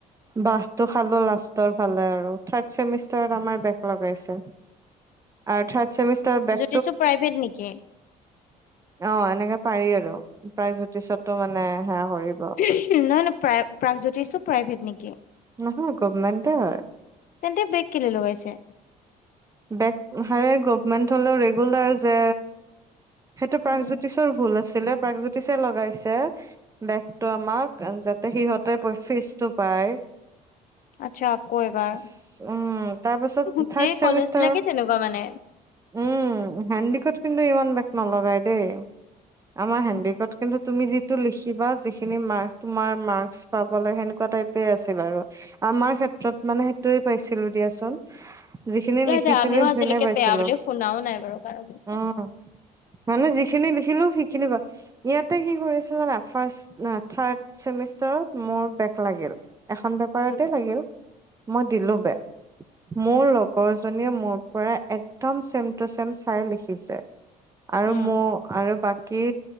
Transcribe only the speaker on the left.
কিছু প্ৰাইভেট নেকি?
নহয় নহয় প্ৰাগ প্ৰাগজ্যোতিষো প্ৰাইভেট নেকি?
তেন্তে, বেক কেলৈ লগাইছা।
উম,
আচ্ছা আকৌ এবাৰ
গোটেই
কলেজ বিলাকে তেনেকুৱা মানে
উম।
নহয়
দে আমিও
আজিলৈকে
বেয়া বুলি শুনাও নাই বাৰু কাৰো মুখত।
উম
উম